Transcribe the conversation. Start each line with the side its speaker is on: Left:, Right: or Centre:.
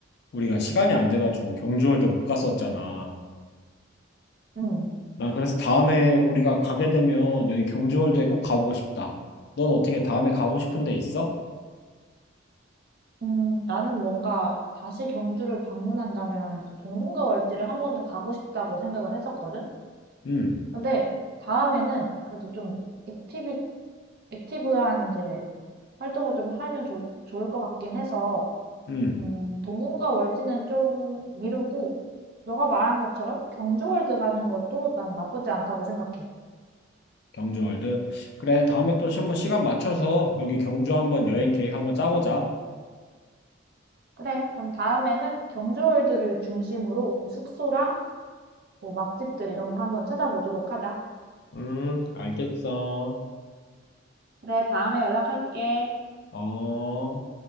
Left: 우리가 시간이 안 돼가지고 경주월드 못 갔었잖아.
Right: 음
Left: 난 그래서 다음에 우리가 가게 되면 여기 경주월드에 꼭 가보고 싶다. 넌 어떻게 다음에 가고 싶은 데 있어?
Right: 음, 나는 뭔가 다시 경주를 방문한다면 이제 동궁과 월지를 한 번 더 가고 싶다고 생각을 했었거든?
Left: 응,
Right: 근데 다음에는 그래도 좀 액티비, 액티브한 이제 활동을 좀 하면 좋, 좋을 것 같긴 해서,
Left: 응.
Right: 음, 동궁과 월지는 좀 미루고, 너가 말한 것처럼 경주월드 가는 것도 난 나쁘지 않다고 생각해.
Left: 경주월드. 그래, 다음에 또 한번 시간 맞춰서 여기 경주 한번 여행 계획 한번 짜보자.
Right: 그래, 그럼 다음에는 경주월드를 중심으로 숙소랑 뭐 맛집들 이런 거 한번 찾아보도록 하자.
Left: 음, 알겠어.
Right: 그래, 다음에 연락할게.
Left: 어.